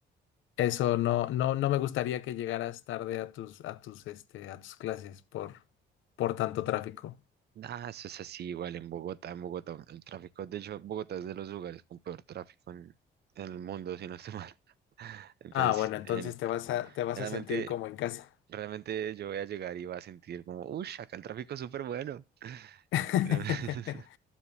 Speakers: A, on the left; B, on the right.
A: eso no, no, no me gustaría que llegaras tarde a tus, a tus, este, a tus clases por, por tanto tráfico.
B: Ah, eso es así igual en Bogotá, en Bogotá. El tráfico, de hecho, Bogotá es de los lugares con peor tráfico en, en el mundo, si no estoy mal. <laughs> Entonces,
A: Ah, bueno, entonces
B: en-
A: te vas a, te vas
B: realmente,
A: a sentir como en casa.
B: realmente yo voy a llegar y voy a sentir como, uy, acá el tráfico es súper bueno.
A: <laughs>
B: <laughs>